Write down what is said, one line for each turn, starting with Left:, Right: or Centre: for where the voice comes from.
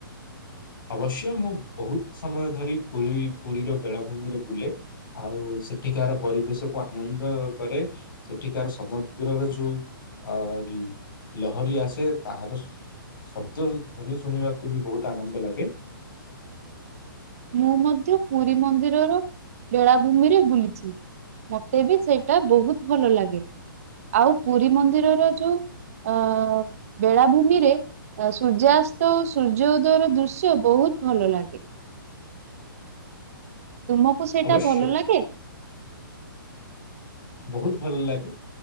Left: ଅବଶ୍ୟ ମୁଁ ବହୁତ ସମୟ ଧରି ପୁରୀ ପୁରୀର ବେଳାଭୂମିରେ ବୁଲେ। ଆଉ ସେଠିକାର ପରିବେଶ କୁ ଆନନ୍ଦ କରେ। ସେଠିକାର ସମୁଦ୍ରର ଯୋଉ ଅ ଲହରୀ ଆସେ ତାହାର ଶବ୍ଦ ଧ୍ୱନି ଶୁଣିବାକୁ ବି ବହୁତ ଆନନ୍ଦ ଲାଗେ।
Right: ମୁଁ ମଧ୍ୟ ପୁରୀ ମନ୍ଦିରର ବେଳାଭୂମିରେ ବୁଲିଛି। ମତେ ବି ସେଇଟା ବହୁତ ଭଲ ଲାଗେ ଆଉ ପୁରୀ ମନ୍ଦିରର ଯୋଉ ଅ ବେଳାଭୂମିରେ ଆ ସୂର୍ଯ୍ୟାସ୍ତ ଓ ସୂର୍ଯ୍ୟ ଉଦୟର ଦୃଶ୍ୟ ବହୁତ ଭଲ ଲାଗେ। ତୁମକୁ ସେଇଟା
Left: ଅବଶ୍ୟ
Right: ଭଲ ଲାଗେ?
Left: ବହୁତ ଭଲ ଲାଗେ